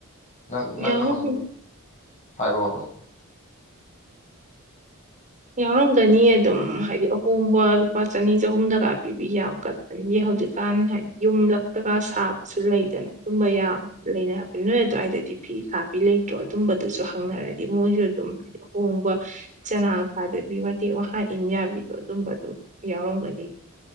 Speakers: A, on the left; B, on the right.
A: ꯅꯪ ꯅꯪ
B: ꯌꯥꯎꯔꯝ
A: ꯈꯪ ꯍꯥꯏꯔꯛꯑꯣ ꯑꯗꯨ
B: ꯌꯥꯎꯔꯝꯒꯅꯤ ꯑꯗꯨꯝ ꯍꯥꯏꯗꯤ ꯑꯍꯣꯡꯕ ꯂꯨꯄꯥ ꯆꯅꯤ ꯆꯍꯨꯝꯗꯒ ꯄꯤꯕꯤ ꯌꯥꯝ ꯀꯟ꯫ ꯑꯗꯒꯤ ꯍꯧꯖꯤꯛꯀꯥꯟ ꯍꯥꯏꯗꯤ ꯌꯨꯝꯂꯛꯂꯇꯒ ꯁꯥꯕꯁꯨ ꯂꯩꯗꯅ ꯑꯗꯨꯝꯕ ꯌꯥꯕ꯫ ꯂꯩꯅꯔꯕꯅꯤ ꯅꯣꯏ ꯑꯗꯨꯋꯥꯏꯗꯗꯤ ꯐꯤ ꯁꯥꯕꯤ ꯂꯩꯇ꯭ꯔꯣ ꯑꯗꯨꯝꯕꯗꯨꯁꯨ ꯍꯪꯅꯔꯗꯤ ꯃꯣꯏꯁꯨ ꯑꯗꯨꯝ ꯍꯍꯣꯡꯕ ꯆꯅꯥ ꯊꯥꯗꯕꯤ ꯋꯥꯇꯦꯛ ꯋꯥꯥꯍꯥ ꯏꯟ ꯌꯥꯕꯤꯗꯣ ꯑꯗꯨꯝꯕ ꯑꯗꯨꯝ ꯌꯥꯎꯔꯝꯒꯅꯤ